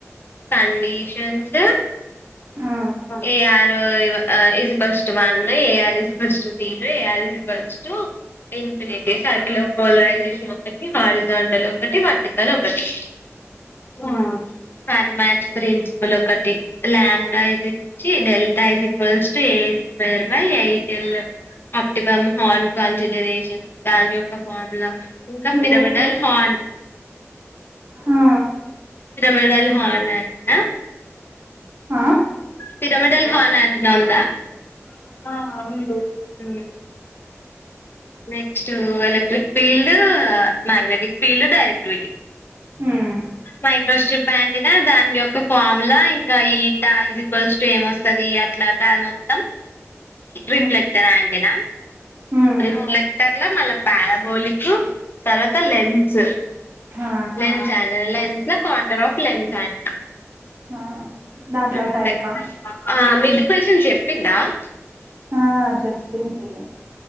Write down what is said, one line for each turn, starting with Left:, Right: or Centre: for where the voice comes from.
Left: కండీషన్స్
Right: ఆ
Left: AR is equals to one AR is equals to త్రీలో AR is equals to infinity సర్కిలో polarisation ఒకటి హరిజాంటల్ ఒకటి వర్టికల్ ఒకటి ఆ ఫర్మాస్ ప్రిన్సిపుల్ ఒకటి ల్యాం delta is equals to A square by ITL optimum horn consideration దాని యొక్క ఫార్ములా ఇంకా
Right: లేదు
Left: పిరమిడల్ హాల్
Right: ఆ
Left: పిరమిడల్ హాల్ అం నా
Right: ఆ
Left: పిరమిడల్ హల్ అంటెనా ఉందా. ఆ ఉంది అ next electric field magnetic field directivity
Right: ఉమ్
Left: మైక్రోస్ట్రిప్ అంటెన్న దాని యొ ఫామ్ లో ఇంకా ఈ టజక్వల్స్ టు ఏమొస్తుది అట్లా అది మొత్తం
Right: ఉమ్
Left: రిఫ్లెక్టర్ అండ్ తేనా
Right: ఉమ్,
Left: రిఫ్లేెక్టర్ లొ మళ్ళా పారబోలిక్ తర్వాత లెన్స్
Right: ఆ
Left: లెన్స్ అ లెన్స్ లో కాంటర్ ఆఫ్ లెన్స్ స
Right: ఆ దాంట్లో
Left: <unintelligible>
Right: టైపా
Left: అే ఆ మీది <unintelligible> సం చెప్పిందా <unintelligible>
Right: ఆ చెప్పింది